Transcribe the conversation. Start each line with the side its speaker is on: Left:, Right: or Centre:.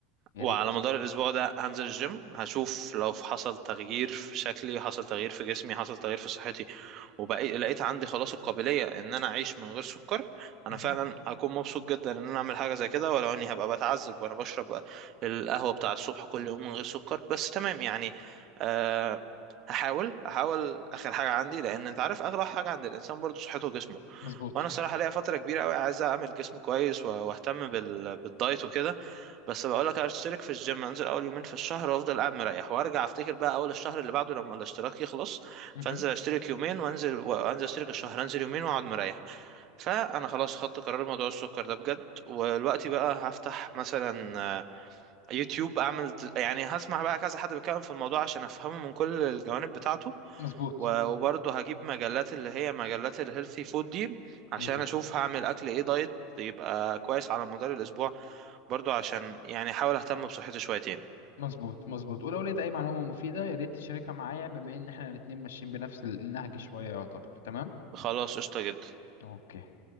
Left: يا
Right: وعلى
Left: ريت
Right: مدار الأسبوع ده هنزل الجيم هشوف لو حصل تغيير في شكلي حصل تغيير في جسمي حصل تغيير في صحتي وبقيت لقيت عندي خلاص القابلية إن أنا أعيش من غير سكر أنا
Left: مهم.
Right: فعلا هكون مبسوط جدا إن أنا أعمل حاجة زي كده ولو إني هبقى بتعذب وأنا بشرب القهوة بتاع الصبح كل يوم من غير سكر بس تمام يعني أه هحاول هحاول آخر حاجة عندي لأن أنت عارف أغلى حاجة عند الإنسان برضه صحته وجسمه
Left: مظبوط
Right: وانا الصراحه ليا فتره كبيره قوي عايز اعمل جسم كويس و- واهتم بال... بالدايت وكده بس بقول لك اشترك في الجيم انزل اول يومين في الشهر وافضل قاعد مريح وارجع افتكر بقى اول الشهر اللي بعده لما الاشتراك يخلص
Left: مهم.
Right: فانزل اشترك يومين وانزل وانزل اشترك الشهر انزل يومين واقعد مريح فانا خلاص خدت قرار موضوع السكر ده بجد ودلوقتي بقى هفتح مثلا آه، يوتيوب اعمل يعني هسمع بقى كذا حد بيتكلم في الموضوع عشان افهمه من كل الجوانب بتاعته
Left: مظبوط
Right: و- وبرضه هجيب مجلات اللي هي مجلات الهيلثي فود دي عشان
Left: مظبوط
Right: اشوف هعمل اكل ايه دايت يبقى كويس على مدار الاسبوع برضه عشان يعني احاول اهتم بصحتي شويتين
Left: مظبوط مظبوط ولو لقيت أي معلومة مفيدة يا ريت تشاركها معايا بما إن إحنا الاتنين ماشيين بنفس ال- النهج شوية يعتبر تمام؟
Right: خلاص قشطة جدا
Left: أوكي